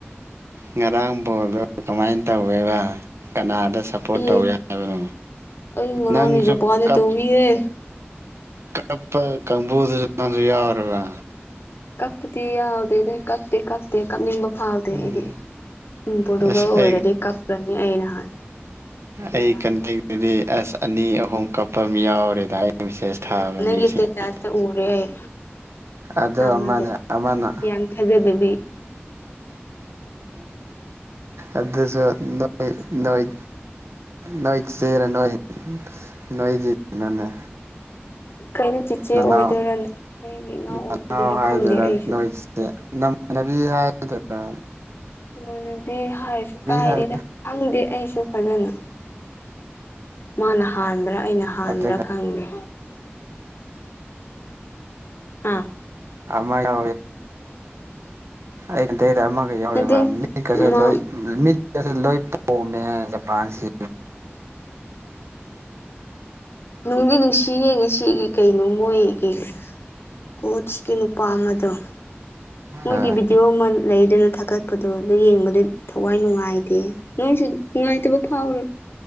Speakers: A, on the right; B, on the left.
A: ꯉꯔꯥꯡ ꯕꯣꯅꯗꯨ ꯀꯃꯥꯏꯅ ꯇꯧꯋꯦꯕ ꯀꯅꯥꯗ ꯁꯞꯄꯣꯔꯠ
B: ꯎꯝ
A: ꯇꯧꯋꯦ ꯍꯥꯏꯕꯅ
B: ꯑꯩ ꯉꯔꯥꯡꯗꯤ
A: ꯅꯪꯁꯨ
B: ꯖꯄꯥꯟꯗ
A: ꯀꯞꯄꯩ
B: ꯇꯧꯋꯤꯍꯦ
A: ꯀꯄ ꯀꯕꯨꯨꯗꯨꯁꯨ ꯌꯥꯎꯔꯕꯥ
B: ꯀꯛꯄꯗꯤ ꯌꯥꯎꯗꯦ ꯀꯞꯇꯤ ꯀꯞꯄꯇꯩ ꯀꯅꯤꯡꯕꯗꯤ ꯐꯥꯎꯗꯦ
A: ꯎꯝ
B: ꯑꯩꯗꯤ ꯄꯔꯗꯨꯒꯟ
A: ꯑꯁ
B: ꯑꯣꯏꯔꯗꯤ
A: ꯑꯩ
B: ꯀꯥꯞꯄꯅꯤ ꯑꯩ ꯅꯍꯥꯟ
A: ꯑꯩ
B: ꯉꯔꯥꯡꯗꯣ
A: ꯀꯟꯇꯗꯨꯗꯤ ꯑꯁ ꯑꯅꯤ ꯑꯍꯨꯝ ꯀꯞꯄ ꯑꯃ ꯌꯥꯎꯔꯦꯗ ꯃꯩꯁꯩꯁ ꯊꯥꯕ
B: ꯎꯝ ꯅꯪꯒꯤ
A: ꯃꯤꯁꯤꯡꯅꯤ
B: ꯏꯁꯇꯦꯇꯥꯁꯇ ꯎꯔꯦ ꯑꯩ
A: ꯑꯗꯣ
B: ꯑꯃꯗꯣ
A: ꯑꯃꯅ ꯑꯃꯅ
B: ꯌꯥꯝ ꯊꯥꯖꯗꯕꯤ
A: ꯑꯗꯨꯁꯨ
B: ꯃꯁꯛꯇꯨꯒ
A: ꯅꯣꯏꯋꯩ ꯅꯣꯏ ꯆꯦꯅ ꯅꯣꯏ ꯅꯣꯏꯒꯤ ꯃꯅꯦ
B: ꯀꯩꯅꯣ ꯆꯤꯆꯦ
A: ꯅꯅꯥꯎ
B: ꯑꯣꯏꯗꯣꯏꯔꯥ ꯑꯩꯒꯤ ꯏꯅꯥꯎ
A: ꯅꯅꯥꯎ
B: ꯑꯣꯏꯗꯣꯏꯔꯥ
A: ꯍꯥꯏꯗ꯭ꯔꯦꯔꯥ
B: ꯈꯪꯗꯦ ꯑꯩꯁꯨ
A: ꯅꯣꯏ ꯆꯦ ꯅꯃꯥꯟꯅꯕꯤ ꯍꯥꯏꯒꯗ꯭ꯔꯤꯔꯥ
B: ꯏꯃꯥꯟꯅꯕꯤ ꯍꯥꯏꯔꯁꯨ ꯀꯥꯏꯔꯦꯗ
A: ꯍꯥꯏ
B: ꯈꯪꯗꯦ ꯑꯩꯁꯨ ꯐꯖꯅꯥ ꯃꯥꯅ ꯍꯥꯟꯕ꯭ꯔꯥ ꯑꯩꯅ ꯍꯥꯟꯕ꯭ꯔꯥ
A: ꯑꯗꯨꯒ
B: ꯈꯪꯗꯦ ꯍꯥ
A: ꯃꯒ ꯌꯦ ꯇ ꯑꯃꯒ ꯌꯥꯎꯔꯤꯕ
B: ꯅꯠꯇꯦ
A: ꯃꯤꯒꯁꯨ
B: ꯃꯥ
A: ꯂꯣꯏ ꯃꯤꯠ ꯂꯣꯏ ꯄꯣꯝꯃꯦ ꯖꯄꯥꯟ ꯁꯤ
B: ꯅꯨꯡꯗꯤ ꯅꯨꯡꯁꯤ ꯌꯦꯡꯉꯤ ꯁꯤꯒꯤ ꯀꯩꯅꯣ ꯃꯣꯏꯒꯤ ꯀꯣꯁꯀꯤ ꯅꯨꯄꯥ ꯑꯃꯗꯣ ꯃꯣꯏꯒꯤ
A: ꯑ
B: ꯚꯤꯗꯤꯑꯣ ꯑꯃ ꯂꯩꯗꯅ ꯊꯥꯒꯠꯄꯗꯣ ꯑꯗꯨ ꯌꯦꯡꯕꯗꯤ ꯊꯋꯥꯏ ꯅꯨꯡꯉꯥꯏꯇꯦ ꯅꯣꯏꯁꯨ ꯅꯨꯡꯉꯥꯏꯇꯕ ꯐꯥꯎꯔꯦ